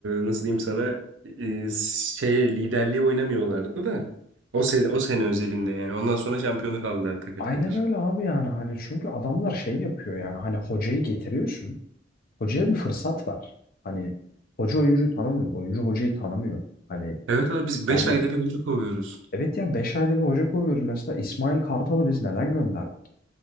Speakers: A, on the right; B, on the left.
A: nasıl diyeyim sana e, şeye liderliğe oynamıyorlardı da o sene o sene özelinde yani ondan sonra şampiyonu kaldılar takır
B: Aynen
A: takır.
B: öyle abi yani hani çünkü adamlar şey yapıyor yani hani hocayı getiriyorsun. Hocaya bir fırsat ver. Hani hoca oyuncuyu tanımıyor. Oyuncu hocayı tanımıyor. Hani
A: Evet abi biz 5
B: yani
A: ayda bir hoca kovuyoruz.
B: evet ya 5 ayda bir hoca koyuyoruz mesela İsmail Kartal'ı biz neden gönderdik?